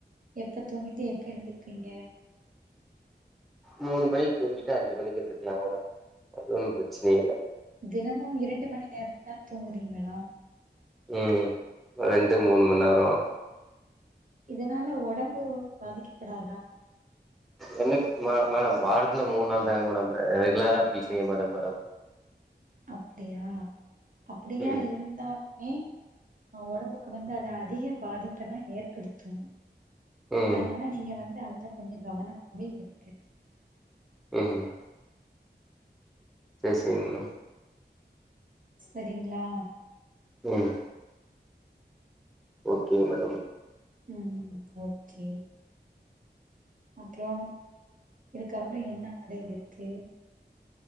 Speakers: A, on the right; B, in the centre.
A: எப்ப தூங்கிட்டு எப்ப எந்திருப்பீங்க
B: மூணு மணிக்கு தூங்கிட்டு அஞ்சு மணிக்கு எந்திரிக்கலாம் மேடம் அதுல ஒன்னு பிரச்சனையே இல்ல
A: தினமும் இரண்டு மணி நேரம் தான் தூங்குறீங்கள்
B: உஹம் ரெண்டு மூணு மண் நேரோ
A: இதனால உடம்பு பாதிக்கப்படாதா
B: என்னது மேட மேடம் வாரத்துல மூணு நாள் தாங்க மேடம் ரெகுலரா அப்படி செய்ய மாட்டேங் மேடம்
A: அப்டியா அப்படியா
B: ம்
A: இருந்தாலுமே உடம்பு ப்ப வந்து அது அதிக பாதிப்பதா ஏற்படுத்து
B: ம்
A: அதனால நீங்க வந்து அது கொஞ்சோ கவனமாவே இருக்கு
B: ஹம் சேர் சேரிங் மேடம்
A: சரிங்ளா
B: ஹம் ஓகே மேடம்
A: உம் ஓகே அப்ரோ இதுக்கப்ரோ என்ன ஆடைல் இருக்கு